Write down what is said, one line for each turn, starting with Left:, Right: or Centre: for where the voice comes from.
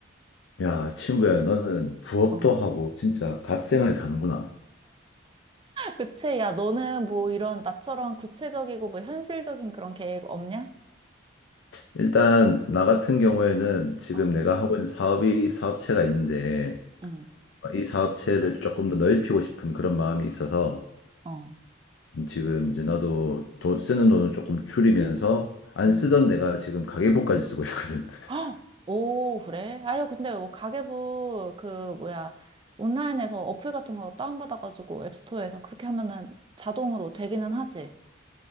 Left: 야, 친구야, 너는 부업도
Right: 응.
Left: 하고, 진짜 갓생활 사는구나.
Right: 그치? 야, 너는 뭐 이런 나처럼 구체적이고 뭐 현실적인 그런 계획 없냐?
Left: 일단 나 같은 경우에는 지금
Right: 어,
Left: 내가 음. 하고 있는 사업이 사업체가 있는데
Right: 응,
Left: 이 사업체를 조금 더 넓히고 싶은 그런 마음이 있어서
Right: 어,
Left: 지금 이제 나도 돈- 쓰는 돈을 조금 줄이면서 안
Right: 응.
Left: 쓰던 내가 지금 가계부까지 쓰고 있거든. <laughs>
Right: 헉! 오, 그래? 아유, 근데 뭐 가계부 그 뭐야 온라인에서 어플 같은 거 다운받아가지고 앱스토어에서 그렇게 하면은 자동으로 되기는 하지.